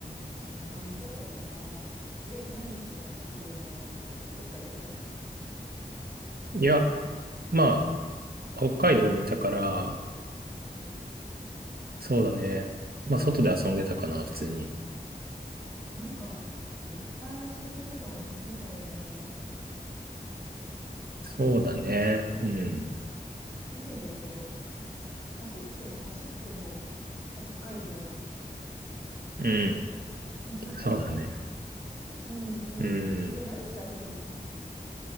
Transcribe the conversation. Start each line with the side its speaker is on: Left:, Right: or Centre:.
Centre: ん、そんな感じだったかな。え、何してたの子供の頃。どっか行ってたの
Right: うん。いや、まあ、北海道にいたから、
Centre: うん。
Right: そうだね。まあ、外で遊んでたかな、普通に。
Centre: なんか、いっぱい遊ぶとこありそうだよね。
Right: そうだね。
Centre: なんか、
Right: うん。
Centre: イメージだけど、走っても走っても北海道みたいな。
Right: うん。
Centre: <laughs> なんか、
Right: そうだね。
Centre: うんうん。
Right: うん。
Centre: え、何して遊んでたの